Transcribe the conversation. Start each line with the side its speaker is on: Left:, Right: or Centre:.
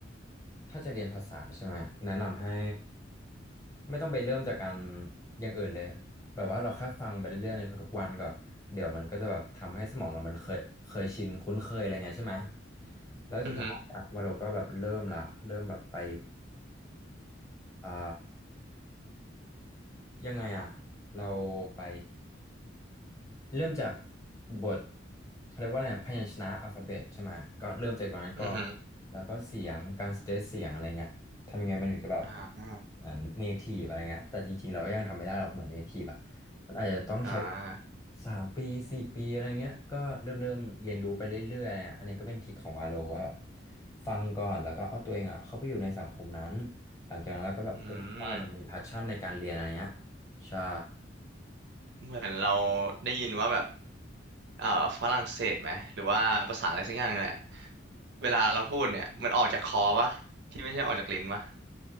Left: ถ้าจะเรียนภาษาใช่ไหมแนะนำให้ไม่ต้องไปเริ่มจากการอย่างอื่นเลยแบบว่าเราแค่ฟังไปเรื่อยๆในทุกๆวันก่อนเดี๋ยวมันก็จะแบบทำให้สมองเรามันเคยเคยชินคุ้นเคยอะไรเงี้ยใช่ไหมแล้วสุดท้ายอะวาโลก็แบบเริ่มละเริ่มแบบไป
Right: อือฮึ
Left: อ่ายังไงอะเราไป เริ่มจากบทเขาเรียกว่าอะไรอะพยัญชนะอัลฟาเบตใช่ไหมก็เริ่มจากตรงนั้นก็
Right: อือฮึ
Left: แล้วก็เสียงการสเตทเสียงอะไรเงี้ยทำยังไงมันถึงจะแบบ
Right: อ่า
Left: เหมือนเนทีฟอะไรเงี้ยแต่จริงๆเราก็ยังทำไม่ได้หรอกเหมือนเนทีฟอ่ะมันอาจจะต้องใช้
Right: อ่า
Left: สามปีสี่ปีอะไรเงี้ยก็เริ่มเริ่มเรียนรู้ไปเรื่อยๆอะไรเงี้ยอันนี้ก็เป็นทริคของวาโลว่าแบบฟังก่อนแล้วก็เอาตัวเองอ่ะเข้าไปอยู่ในสังคมนั้นหลังจากนั้นเราก็แบบเอ้ยว่าจะมีแพชชั่นในการเรียนอะไรเงี้ย
Right: อืม
Left: ใช่
Right: เหมือนเราได้ยินว่าแบบเอ่อฝรั่งเศสไหม หรือว่าภาษาอะไรสักอย่างนึงแหละเวลาเราพูดเนี่ยมันออกจากคอปะที่ไม่ใช่ออกจากลิ้นปะ